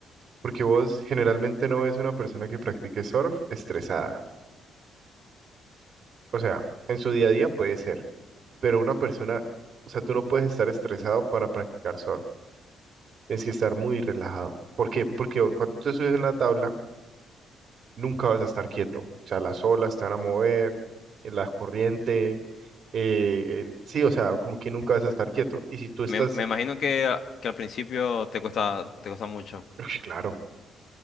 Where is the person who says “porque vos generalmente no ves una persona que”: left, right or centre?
Right